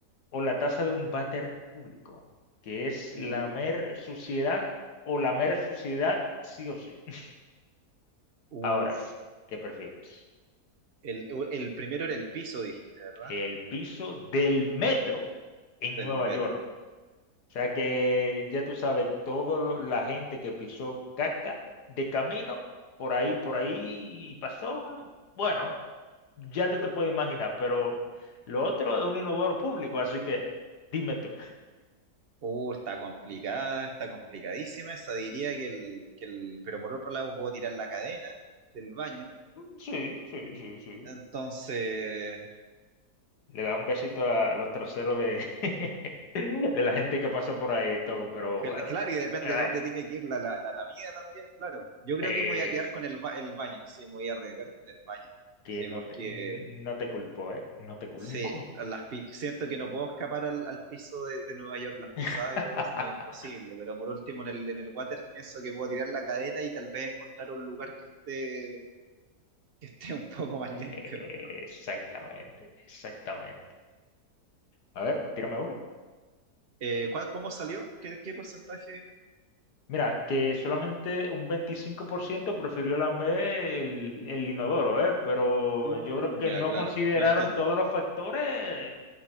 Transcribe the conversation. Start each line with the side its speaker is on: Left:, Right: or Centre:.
Left: O la taza de un váter público, que es
Right: U-
Left: lamer suciedad o lamer suciedad sí o sí. <laughs>
Right: Uf,
Left: Ahora, ¿qué prefieres?
Right: el, el primero era el piso, dijiste, ¿verdad?
Left: ¿El piso del metro en
Right: Del
Left: Nueva
Right: metro.
Left: York? O sea que ya tú sabes, toda la gente que pisó caca de camino, por ahí, por ahí pasó, bueno, ya tú te puedes imaginar, pero lo otro es un inodoro público, así que dime tú.
Right: Uh, está complicada, está complicadísima esa. Diría que el, que el. Pero por otro lado, puedo tirar la cadena del baño.
Left: Mm, Sí, sí, sí, sí.
Right: Entonces.
Left: Le da un besito a los traseros de, <laughs> de la gente que pasó por ahí, todo, pero,
Right: cl-
Left: bueno,
Right: Claro, y depende
Left: pero
Right: de
Left: eh,
Right: dónde tiene que ir la, la, la, la mía también, claro. Yo creo
Left: eh,
Right: que me voy a quedar con el, ba- el baño. Sí, me voy a arriesgar con el baño.
Left: que
Right: Sí,
Left: no
Right: porque.
Left: te, no te culpo, ¿eh? No te culpo.
Right: Sí, las, pi- siento que no puedo escapar al, al piso de, de Nueva York, las pisadas
Left: <laughs>
Right: y todo, no es imposible. Pero por último, en el, en el water pienso que puedo tirar la cadena y tal vez encontrar un lugar que esté, que esté un poco más limpio.
Left: Eh, Exactamente, exactamente. A ver, tírame una.
Right: Eh, ¿cuál- ¿cómo salió? ¿Qué, qué porcentaje?
Left: Mira, que solamente un 25% prefirió lamber el, el inodoro, ¿eh? Pero
Right: Mm,
Left: yo creo que
Right: ya,
Left: no
Right: claro,
Left: consideraron
Right: lo entiendo.
Left: todos los factores